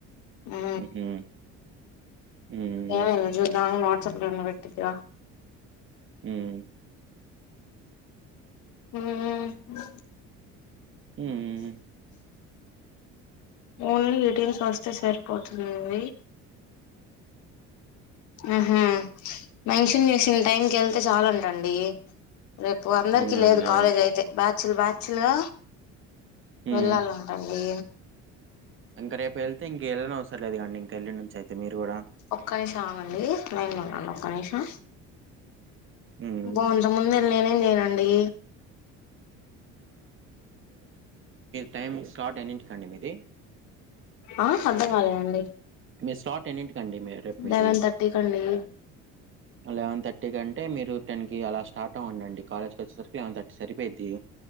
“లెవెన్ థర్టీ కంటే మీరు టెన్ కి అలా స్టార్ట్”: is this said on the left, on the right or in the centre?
Right